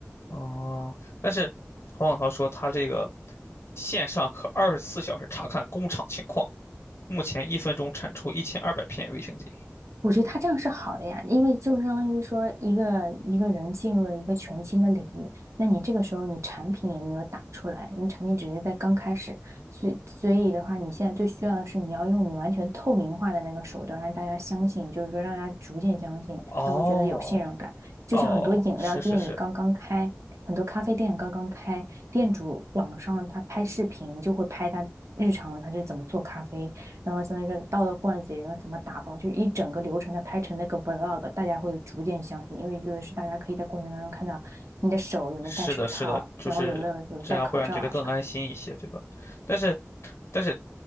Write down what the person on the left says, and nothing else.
哦，但是黄小涛说他这个线上可二十四小时查看工厂情况。目前一分钟产出一千二百片卫生巾。
哦，
哦，是是是，
是的，是的，就是这样会让你觉得更安心一些，
对吧？但是，但是，